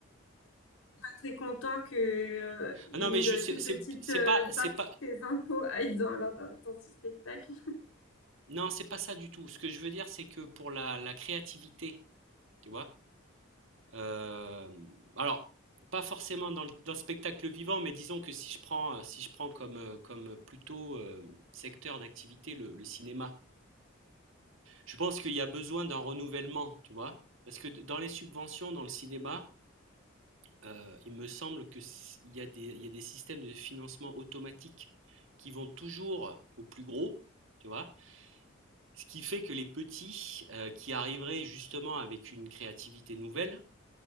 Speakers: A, on the left; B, on the right.
A: Très content que euh, une
B: ah non, mais je sais,
A: toute
B: c'est,
A: petite
B: c'est
A: euh,
B: pas, c'est
A: partie
B: pas,
A: de tes impôts aille dans lors d'un huit ce spectacle.
B: non, c'est pas ça du tout. Ce que je veux dire, c'est que pour la, la créativité, tu vois, Euh, alors, pas forcément dans le, dans le spectacle vivant, mais disons que si je prends, euh, si je prends comme, euh, comme plutôt euh, secteur d'activité le, le cinéma, je pense qu'il y a besoin d'un renouvellement, tu vois. Parce que d- dans les subventions, dans le cinéma, euh, il me semble que il y a des, il y a des systèmes de financement automatiques qui vont toujours au plus gros, tu vois. Ce qui fait que les petits, euh, qui arriveraient justement avec une créativité nouvelle,